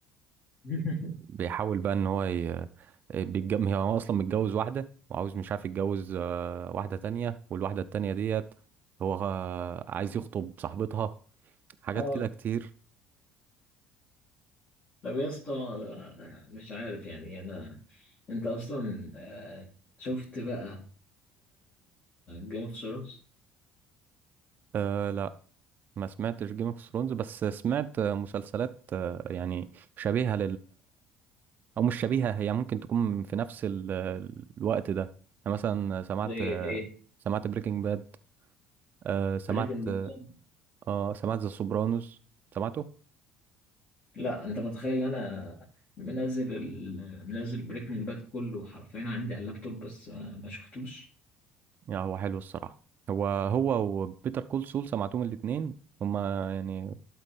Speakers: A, on the left; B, on the right.
A: <laughs>
B: وبيحاول بقى ان هو ي- بيتجم هو اصلا متجوز واحدة وعاوز مش عارف يتجوز آه، واحدة تانية والواحدة التانية ديت هو آه، عايز يخطب صاحبتها حاجات
A: اه
B: كده كتير
A: طب يا اسطى آه، مش عارف يعني انا انت اصلا آه، شفت بقى جيم اوف ثرونز
B: أه لا ما سمعتش جيم اوف ثرونز بس سمعت آه، مسلسلات آه، يعني شبيهة او مش شبيهه هي ممكن تكون في نفس ال- الوقت ده انا مثلا سمعت
A: زي ايه
B: سمعت بريكنج باد آه سمعت
A: بريكنج باد
B: اه سمعت ذا سوبرانوس سمعته
A: لا انت متخيل ان انا منزل ال... منزل بريكنج باد كله حرفيا عندي على اللابتوب بس آه، ما شفتوش
B: يا هو حلو الصراحه هو هو وبيتر كول سول سمعتهم الاثنين هما يعني